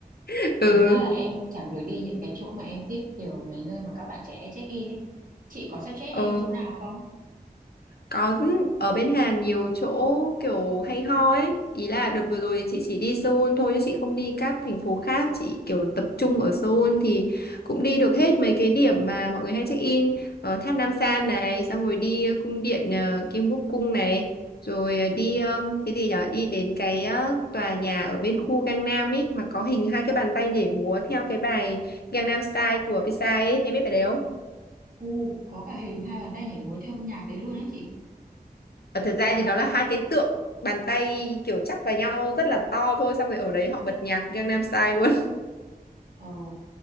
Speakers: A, on the left; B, on the right.
A: <laughs> Ừ.
B: thành ra là em chẳng được đi những cái chỗ mà em thích kiểu mấy nơi mà các bạn trẻ hay check in ấy chị có suggest
A: Ờ.
B: em chỗ nào không?
A: Có ở bên Hàn nhiều chỗ kiểu hay ho ấy. Ý là đợt vừa rồi chị chỉ đi Seoul thôi chứ chị không đi các thành phố khác. Chị kiểu tập trung ở Seoul thì cũng đi được hết mấy cái điểm mà mọi người hay check in. Ở tháp Nam San này, xong rồi đi ờ, cung điện ờ, Kim Búc Cung này. Rồi ờ, đi um, cái gì nhở Đi đến cái ờ, tòa nhà ở bên khu Gangnam ấy mà có hình hai cái bàn tay nhảy múa theo cái bài Gangnam Style của Psy ấy. Em biết bài đấy không?
B: U có cả hình hai bàn tay nhảy múa theo âm nhạc đấy luôn á chị.
A: Ờ, thật ra thì nó là hai cái tượng bàn tay kiểu chắp vào nhau rất là to thôi xong rồi ở đấy họ bật nhạc Gangnam Style luôn
B: Ồ,